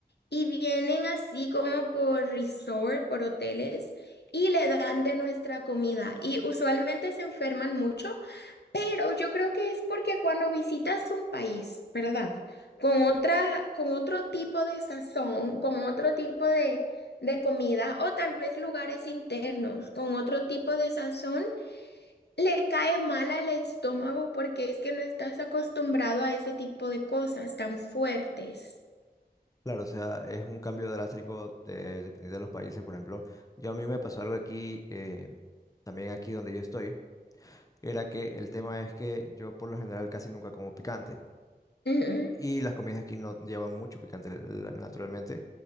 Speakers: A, on the left; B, on the left.
A: y vienen así como por resort, por hoteles, y le dan de nuestra comida. Y usualmente se enferman mucho Pero yo creo que es porque cuando visitas un país, ¿verdad? Con otra, con otro tipo de sazón, con otro tipo de, de comida, o tal vez lugares internos, con otro tipo de sazón, le cae mal al estómago porque es que no estás acostumbrado a ese tipo de cosas tan fuertes.
B: Claro, o sea, es un cambio drástico de- dependiendo de los países. Por ejemplo, yo a mí me pasó algo aquí, eh, también aquí donde yo estoy, era que el tema es que yo por lo general casi nunca como picante.
A: Ujú,
B: Y las comidas aquí no llevan mucho picante, la- naturalmente,